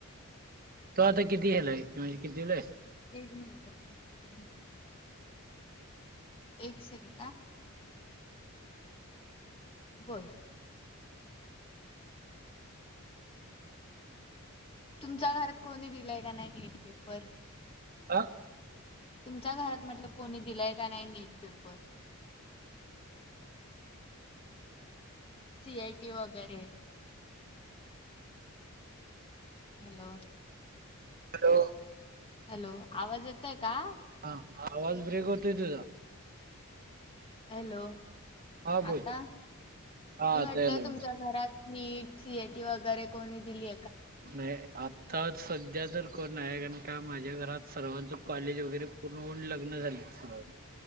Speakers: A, on the right; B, on the left.
A: तो आता किती हेलाय क म्हणजे कितवी ला आहेस
B: एक मिनट एक सेकंडा होय तुमच्या घरात कोणी दिलाय का नाही नीट पेपर
A: आ
B: तुमच्या घरात म्हटल कोणी दिलाय का नाही NEET paper C I T वगैरे हॅलो
A: हॅलो
B: हॅलो आवाज येतोय का
A: हा आवाज ब्रेक होतय तुझा
B: हॅलो
A: हा बोल.
B: आता
A: हा
B: मी
A: आता
B: म्हटलंय
A: यायला लागला.
B: तुमच्या घरात नीट सीएटी वगैरे कोणी दिली
A: नाही आता सध्या तर कोण आहे कारण का माझ्या घरात सर्वांचं कॉलेज वगैरे पूर्ण होऊन लग्न झाले सर्व